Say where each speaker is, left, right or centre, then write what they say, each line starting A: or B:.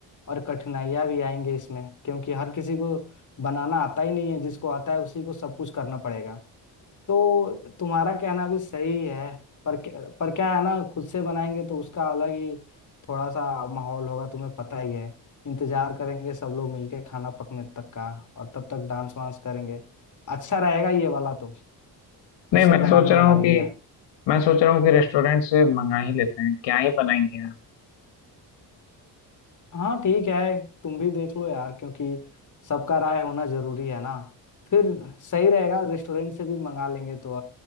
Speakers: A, on the left (about 45°); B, on the left (about 80°).
A: और कठिनाइयाँ भी आएंगी इसमें क्योंकि हर किसी को बनाना आता ही नहीं है जिसको आता है उसी को सब कुछ करना पड़ेगा तो तुम्हारा कहना भी सही है पर क्या- पर क्या है ना खुद से बनाएंगे तो उसका अलग ही थोड़ा सा माहौल होगा तुम्हें पता ही है इंतजार करेंगे सब लोग मिलके खाना पकने तक का और तब तक डांस वांस करेंगे अच्छा रहेगा ये वाला तो खुद
B: नहीं मैं
A: से बनाने
B: सोच रहा
A: वाला
B: हूँ
A: आइडिया
B: कि मैं सोच रहा हूँ कि रेस्टोरेंट से मंगा ही लेते हैं क्या ही बनाएंगे यार
A: हाँ ठीक है तुम भी देख लो यार क्योंकि सबका राय होना जरूरी है ना फिर सही रहेगा रेस्टोरेंट से भी मंगा लेंगे तो